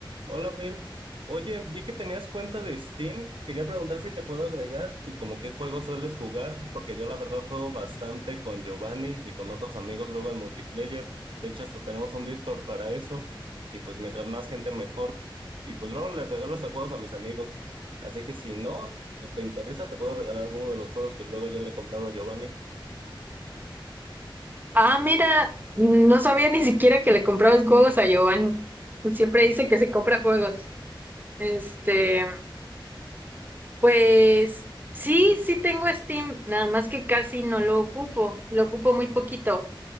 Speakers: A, on the right (about 75°); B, on the right (about 20°).
A: Hola, Abril. Oye, vi que tenías cuenta de Steam. Quería preguntar si te puedo agregar y como qué juegos sueles jugar, porque yo la verdad juego bastante con Giovanni y con otros amigos luego en multiplayer. De hecho, hasta tenemos un Discord para eso. Y pues mientras más gente mejor. Y pues luego les regalo hasta juegos a mis amigos. Así que si no, o te interesa, te puedo regalar uno de los juegos que luego ya le he comprado a Giovanni.
B: Ah, mira, no sabía ni siquiera que le comprabas juegos a Giovanni. Siempre dice que se compra juegos. Este, pues sí, sí tengo Steam, nada más que casi no lo ocupo, lo ocupo muy poquito.